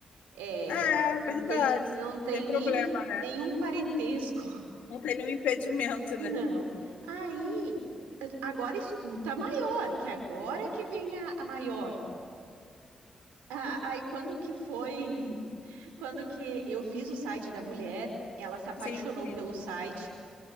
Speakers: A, on the right; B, on the left.
A: É,
B: É,
A: não
B: verdade.
A: tem, não
B: Não
A: tem
B: tem problema,
A: nem
B: né?
A: nenhum parentesco.
B: Não tem nenhum impedimento,
A: Não.
B: né?
A: Aí, eh, agora escuta a maior, que agora é que vem a, a maior. A- Aí, quando que foi? <laughs> Quando que eu fiz o site da mulher, ela se apaixonou
B: Sim, sim.
A: pelo site.